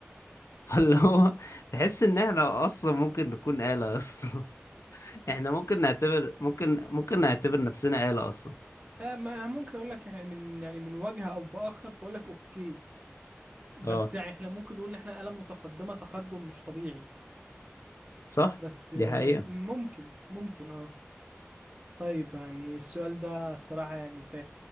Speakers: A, on the left; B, on the right.
A: <laughs> فاللي
B: مم.
A: هو تحس ان احنا اصلا ممكن نكون آلة اصلا <laughs> احنا ممكن نعتبر ممكن ممكن نعتبر نفسنا آلة اصلا
B: آه، ما انا ممكن اقول لك يعني من يعني من وجه او باخر فاقول لك اوكي
A: اه
B: بس يعني احنا ممكن نقول ان احنا آلة متقدمة تقدم مش طبيعي
A: صح
B: بس آه،
A: دي حقيقة
B: ممكن ممكن اه طيب يعني السؤال ده الصراحة يعني انت